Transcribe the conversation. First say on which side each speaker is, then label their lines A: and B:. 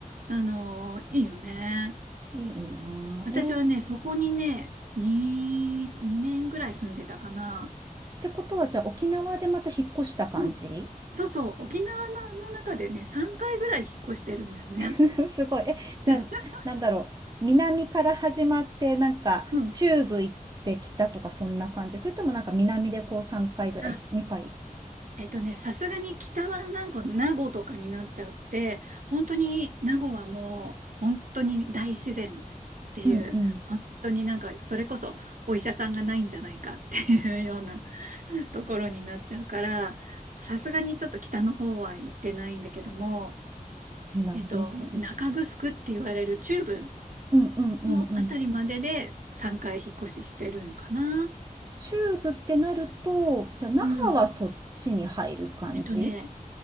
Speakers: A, on the right; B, on the right.
A: あの、いいよね。
B: いいなあ。
A: 私はね、
B: えー
A: そこにね、2、2年ぐらい住んでたかな。
B: ってことは、じゃあ沖縄でまた引っ越した感じ
A: うん。そうそう、沖縄の中でね、3回ぐらい引っ越してるんだよね。
B: <laughs> すごい。え、じゃあ、
A: う
B: なんだろう。南から始まって、なんか、
A: ん。
B: 中部行ってきたとか、そんな感じ。それともなんか南でこう3回ぐらい、
A: あ、
B: 2回。
A: えっとね、さすがに北はなんか名護とかになっちゃって、本当に名護はもう本当に大自然っていう、
B: うんう
A: 本当になんかそれこそお医者さんがないんじゃないかっていうような <laughs> ところになっちゃうから、さすがにちょっと北の方は行ってないんだけども、
B: ん。なるほど。
A: えっと、中城って言われる中部
B: うんうんうんうん。
A: のあたりまでで3回引っ越ししてるのかな。
B: 中部ってなると、じゃあ那覇はそっちに入る感じ
A: うん。えっとね、